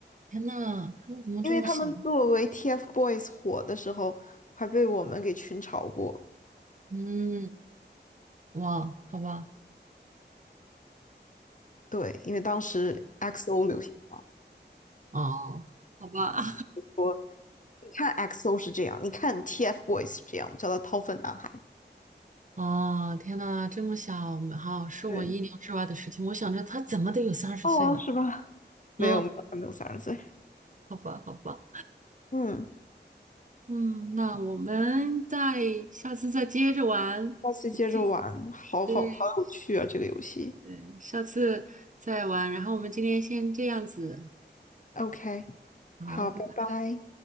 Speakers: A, on the right; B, on the left.
A: 天呐，他们怎么这么小？
B: 因为他们作为 TFBOYS 火的时候，还被我们给群嘲过。
A: 嗯，哇，好吧，
B: 对，因为当时 XO 流行嘛，
A: 哦，好吧，
B: 说你看 XO 是这样，你看 TFBOYS 是这样，我们叫他掏粪男孩。
A: <laughs> 啊，天呐，这么小，好，是我意料之外的事情。
B: 对，
A: 我想着他怎么得有三十岁了，
B: 哦，是吧？没有没有，
A: 嗯，
B: 还没有三十岁。
A: 好吧，好吧，
B: 嗯，
A: 嗯，那我们再下次再接着玩。
B: 下次接着玩，
A: 我们今
B: 好好好有趣啊，
A: 对，
B: 这个游戏。
A: 嗯，下次再玩。然后我们今天先这样子，
B: OK，
A: 好，
B: 好，
A: 拜拜。
B: 拜拜。